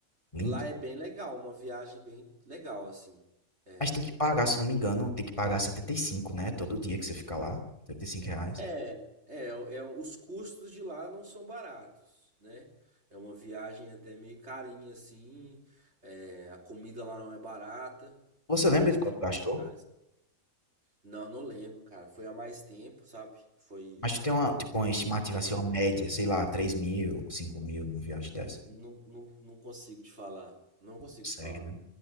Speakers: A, on the left; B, on the right.
A: Lindo.
B: lá é bem legal, uma viagem bem legal, assim. É,
A: Mas tem que pagar, se não me engano, tem que pagar 75, né? Todo dia que você fica lá, 75 reais.
B: é, é, é, os custos de lá não são baratos, né? É uma viagem até meio carinha, assim. é, a comida lá não é barata, apesar
A: Você lembra
B: de
A: de quanto
B: ter alguns
A: gastou?
B: lugares. Não, não lembro, cara. Foi há mais tempo, sabe? Foi
A: Mas tu tem uma, tipo, uma estimativa,
B: um tempo
A: assim,
B: atrás.
A: uma média, sei lá, três mil, cinco mil numa viagem dessa.
B: Não, não, não consigo te falar. Não consigo
A: Consegue,
B: te falar.
A: né?